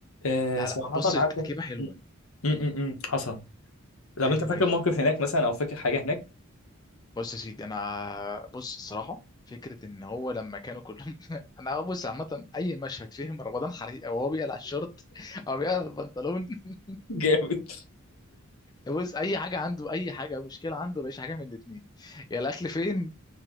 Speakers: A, on the left; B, on the left.
A: آه
B: لا
A: صراحه
B: لا بص التركيبه
A: عارف م-
B: حلوه
A: م- م. حصل طب
B: ايوه
A: انت فاكر
B: ايوه
A: موقف هناك مثلا او فاكر حاجه هناك
B: بص يا سيدي انا بص الصراحه فكره ان هو لما كانوا كلهم <laughs> انا بص عامه اي مشهد فيه رمضان حريق او هو بيقلع الشورت <laughs> او بيقلع البنطلون <laughs>
A: جامد
B: بص اي حاجه عنده اي حاجه مشكله عنده مفيش حاجه من الاثنين يا الاكل فين